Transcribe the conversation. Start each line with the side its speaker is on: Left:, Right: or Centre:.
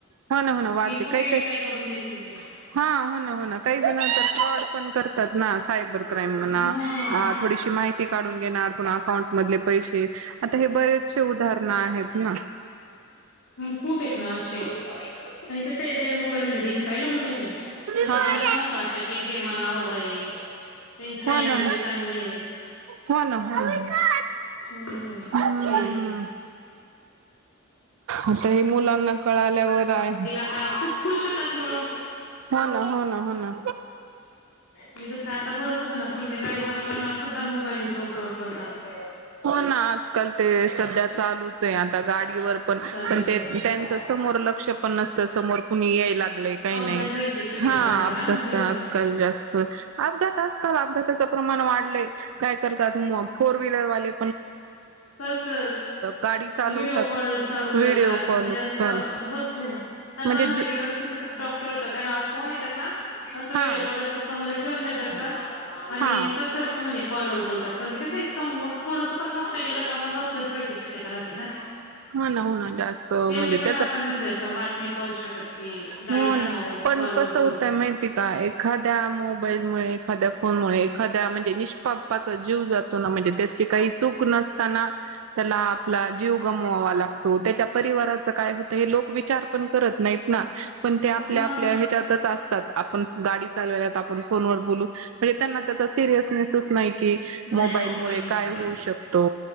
Right: हो ना, हो ना वाढते,
Left: कि कुठे
Right: काही काही,
Left: काय करून देतील ते
Right: हा हो ना, हो ना, काही जण नंतर फ्रोड. पण करतात ना, सायबर
Left: हम्म.
Right: क्राईम म्हणा, हा, थोडीशी माहिती काढून घेणार पुना अकाउंट मधले पैसे आता हे बरेच. चशे उदाहरणं आहेत ना.
Left: मग खूप आहेत ना अशे, आणि कसं या मोबाईल मध्ये रील पाहिलं मुलांनी, की, म्हणजे
Right: हा
Left: त्यांना पण असं वाटत की हे मला हवंय त्यांचे
Right: हो
Left: आई वडील
Right: ना
Left: चांगले,
Right: हो ना, हो ना.
Left: हम हम,
Right: हम्म
Left: तेच ना.
Right: आता हे मुलांना कळाल्यावर आहे,,
Left: ह खूप खुश होतात मुलं,
Right: हो ना, हो ना, हो ना,
Left: म्हणजे कसंय आता भरपुर जणं, असं म्हणजे गाडी चालू करताना सुद्धा मोबाईलचा उपयोग करतात.
Right: हो ना आजकाल ते सध्या चालूच आहे आता गाडीवर पण
Left: चालूच
Right: पण ते
Left: आहे
Right: त्यांच समोर लग. एरुपये पन्नास तर समोर कुणी याय लागलंय काही
Left: अपघात
Right: नाही
Left: व्हायची शक्यता
Right: हा
Left: राहते
Right: अपघात
Left: ना मग
Right: तर आजकाल जास्त. अपघात आज काल अपघाताचं प्रमाण वाढलंय. काय करतात फोर व्हीलरवाले
Left: तसच
Right: गाडी चालवतात.
Left: व्हडिओ कॉल चालू
Right: व्हिडिओ
Left: करतात.
Right: कॉल
Left: म्हणजे असं
Right: चाल
Left: भरपूर आता
Right: म्हणजे
Left: आमच्या इकडे डॉक्टर येतात त्यांना फोन येतात ना असं
Right: हा
Left: व्हिडिओ कॉल समोर ठेऊन देतात आणि
Right: हा
Left: तसच म्हणजे कॉलवर बोल तात पण ते कसंय समोर थोडस पण लक्ष गेलं का मग अपघात व्हायची शक्यता राहते ना.
Right: हो ना हो ना जास्त
Left: तेवढी
Right: म्हणजे
Left: पण
Right: त्याचा
Left: आपण म्हणजे असं वाट नाय पाहू शक क ते गाडी
Right: हो
Left: थांबवू
Right: ना पण
Left: कॉल वर
Right: कसं
Left: बोलू
Right: होतय माहिती का एखाद्या मोबाईल मुळे एखाद्या फोन मुळे एखाद्या म्हणजे निष्पापाचा जीव जा तो ना. म्हणजे त्याची काही चूक नसताना त्याला आपला जीव गमवावा लागतो. त्याच्या परिवारा च -काय होतय हे लोक विचार पण करत नायत ना पण ते आपल्या
Left: हा
Right: आपल्या ह्याज्या तच असतात आपण गाडी चालवल्यात आपण फोनवर बोलू म्हणजे त्यांना त्यांचा सिरीयसनेस तच नाय कि मोबाईल
Left: नाही असं
Right: मुळे काय होऊ शकतो.